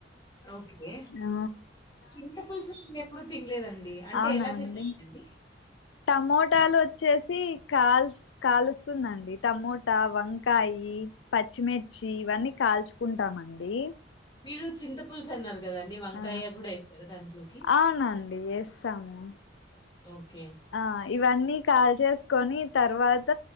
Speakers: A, on the left; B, on the left.
A: ఓకే
B: ఆ
A: చింతపులుసు నేనెప్పుడూ తినలేదండి అంటే
B: అవునాండి
A: ఎలా చేస్తారండి అది
B: టమటాలు వచ్ వచ్చేసి కాల్ కాలుస్తుందండి టమటా వంకాయి పచ్చిమిర్చి ఇవన్నీ కాల్చుకుంటామండి
A: మీరు చింత పులుసు అన్నారు కదండి వంకాయ
B: ఆ
A: కూడా వేస్తారా దాంట్లోకి
B: అవునండి వేస్తాము
A: ఓకే
B: ఆ ఇవన్నీ కాల్చేసుకొని తర్వాత